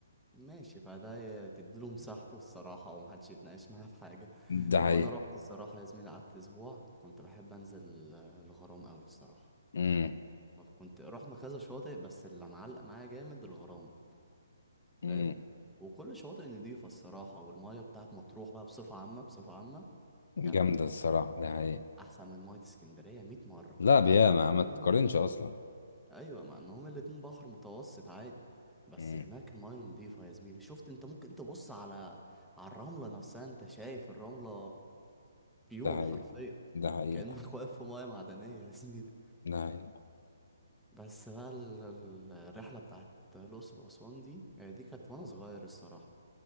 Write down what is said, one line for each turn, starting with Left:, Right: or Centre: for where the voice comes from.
Centre: ماشي فده ي- تديله مساحته الصراحة ومحدش يتناقش معاه في حاجة
Left: ده حقيقي
Centre: هو انا رحت الصراحة يا زميلي قعدت اسبوع كنت بحب انزل آه، الغرام قوي الصراحة
Left: امم
Centre: آه، كنت رحنا كذا شاطئ بس اللي معلق معايا جامد الغرام فاهم
Left: امم
Centre: وكل شاطئ نضيفة الصراحة والمية بتاعت مطروح بقى بصفة عامة بصفة عامة جامدة
Left: جامده الصراحه ده حقيقي
Centre: أحسن من مية اسكندرية مية مرة
Left: لا بياما
Centre: مع إنهم الاتنين-
Left: ما تقارنش اصلا
Centre: أيوة مع إنهم الاتنين بحر متوسط عادي بس
Left: امم
Centre: هناك المية نضيفة يا زميلي شفت أنت ممكن تبص على على الرملة نفسها أنت شايف الرملة بيور
Left: ده حقيقي
Centre: حرفيا
Left: ده حقيقي
Centre: كأنك <laughs> واقف في مية معدنية يا زميلي
Left: ده حقيقي
Centre: بس بقى ال- ال- الرحلة بتاعت الأقصر وأسوان دي آه، دي كانت وأنا صغير الصراحة